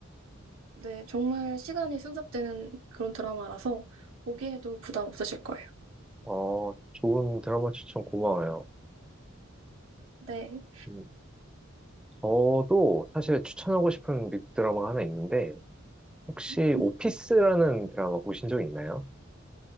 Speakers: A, on the right; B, in the centre.
A: 네, 정말 시간이 순삭되는 그런 드라마라서 보기에도 부담 없으실 거예요.
B: 어, 좋은 드라마 추천 고마워요.
A: 네.
B: 음, 저도 사실 추천하고 싶은 빅 드라마가 하나 있는데, 혹시
A: 음.
B: 오피스라는 드라마 보신 적 있나요?